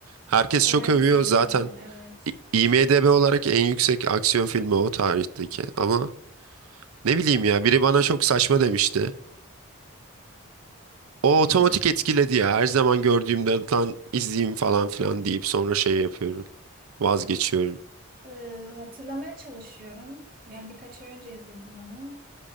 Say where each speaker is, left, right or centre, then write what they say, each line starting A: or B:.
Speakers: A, on the right; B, on the right.
A: Herkes
B: Ha,
A: çok
B: Ben
A: övüyor
B: izledim
A: zaten.
B: onu, evet.
A: İ- IMDb olarak en yüksek aksiyon filmi o tarihteki. Ama ne bileyim ya biri bana çok saçma demişti. O otomatik
B: Hı.
A: etkiledi ya. Her zaman gördüğümde lan izleyeyim falan filan deyip sonra şey yapıyorum. Vazgeçiyorum.
B: Ee, hatırlamaya çalışıyorum. Yani birkaç ay önce izledim onu.